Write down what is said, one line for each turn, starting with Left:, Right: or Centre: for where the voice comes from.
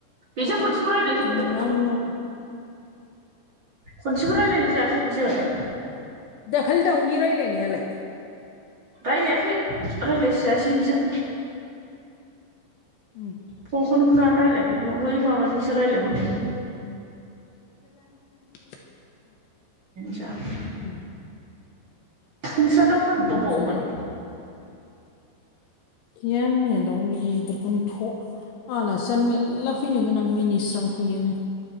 Right: बेजों खनसेबो रायलाय <unintelligible>
Left: नों नो
Right: खनसेबो रायलायनाय जायाखै बिजों
Left: दाखालि दाउनि रायजलायनायालाय।
Right: राय्लायाखै रायज्लायस्रायासै बिजों।
Left: उम
Right: फंखौनो बुनानै रायलायाखै बेनाव बै माबाजोंसो रायज्लायहरनायमोन।
Left: <inaudible>
Right: जाबो
Left: उम
Right: नोंस दाउ फाननो
Left: नांगौ
Right: दंबावोमोन।
Left: जाबाय गैया मैया दाउ गिदिरखौनो थ' आलासियानो मेर्ला फैनो गोनां मिनिस्रां फैयोनो।